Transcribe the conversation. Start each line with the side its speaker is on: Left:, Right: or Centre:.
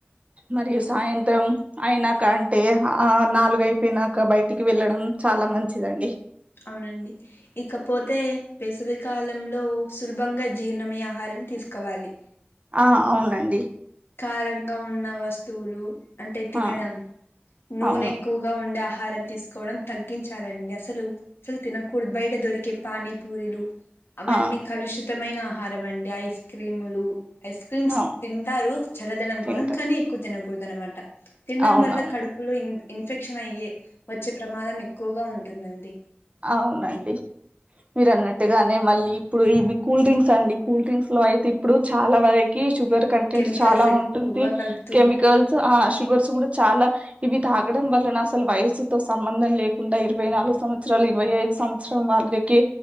Right: మరియు సాయంత్రం అయినాక అంటే ఆ నాలుగయిపోయినాక బయటికి వెళ్ళడం చాలా మంచిదండి
Left: అవునండి ఇకపోతే వేసవికాలంలో సులభంగా జీర్ణమయ్యే ఆహారం తీసుకోవాలి
Right: ఆ అవునండి
Left: కారంగా ఉన్న వస్తువులు అంటే తినడం
Right: ఆ
Left: నూనె
Right: అవును
Left: ఎక్కు వగా ఉండే ఆహారం తీసుకోవడం తగ్గించాలండి అసలు న కూ బయట దొరికే పానీ పూరిలు అవన్నీ
Right: ఆ
Left: కలుషి తమైన ఆహారం అండి ఐస్ క్రీములు ఐస్ క్రీమ్స్
Right: అవును
Left: తింటారు చల్లదనం
Right: తింటారు
Left: కోసం కానీ ఎక్కువ్ తినకూడదనమాట తిండం
Right: అవునవును
Left: వల్ల కడుపులో ఇన్ ఇన్ఫెక్షన్ అయ్యే వచ్చే ప్రమాదం ఎక్కువగా ఉంటుందండి
Right: అవునండి మీరు అన్నట్టుగానే మళ్ళీ ఇప్పుడు ఇవి కూల్ డ్రింక్స్ అండి కూల్ డ్రింక్స్ లో అయితే ఇప్పుడు చాలా వర కి షుగర్
Left: అన్ని
Right: కంటెంట్
Left: కెమికల్స్
Right: చాలా
Left: ఎక్కువగా
Right: ఉంటుంది
Left: కలుపుతూ
Right: కెమికల్సు ఆ షుగర్స్ గుడా చాలా ఇవి తాగడం వలన అసల్ వయసుతో సంబంధం లేకుండా ఇరవై నాలుగ్ సంవ చ్చరాల్ ఇరవై ఐదు సంవచ్చరం వాళ్ళికి